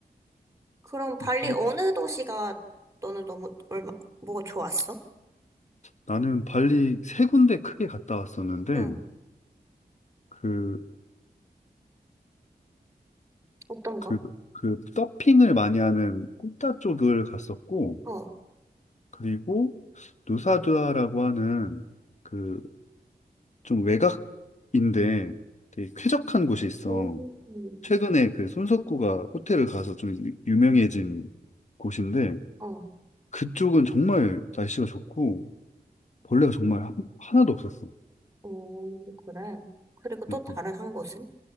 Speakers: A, on the right; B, on the left.
A: 그럼 발리
B: 좀,
A: 어느 도시가 너는 너무 얼마 뭐가 좋았어?
B: 나는 발리 세 군데 크게 갔다 왔었는데,
A: 응,
B: 그,
A: 어떤 거?
B: 그, 그 서핑을 많이 하는 꾸따 쪽을 갔었고,
A: 어,
B: 그리고 누사두아라고 하는 그 좀 외곽인데 되게 쾌적한 곳이 있어.
A: 음,
B: 최근에 그 손석구가 호텔을 가서 좀 유- 유명해진 곳인데
A: 어,
B: 그쪽은 정말 날씨가 좋고 벌레가 정말 한- 하나도 없었어.
A: 어, 그래. 그리고 또
B: 음,
A: 다른
B: 음.
A: 한 곳은?